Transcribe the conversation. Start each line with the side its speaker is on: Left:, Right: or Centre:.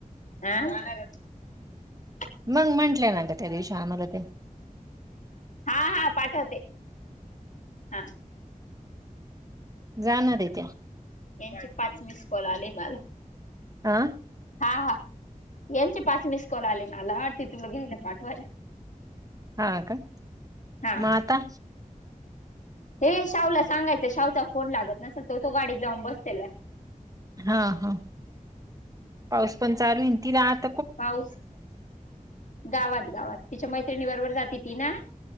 Left: हा
Right: मग म्हंटलंय ना ग त्या देवश आमला ते
Left: हा हा पाठवते हा
Right: जाणार आहे त्या
Left: यांचे पाच म स्कॉल आले मला
Right: आह
Left: हा हा यांचे पाच मिस कॉल आले मला ते तुला घे पाठवायला
Right: हा का
Left: हा
Right: माता
Left: हे शाहूला सांगायचं शाहचा फोन लागत नसल तो तो गाडीत जाऊन बसतेला
Right: हा हा पाऊस पण चालू इ ती रात
Left: पाऊस गावात गावात तिच्या मैत्रिणी बरोबर जाते ती ना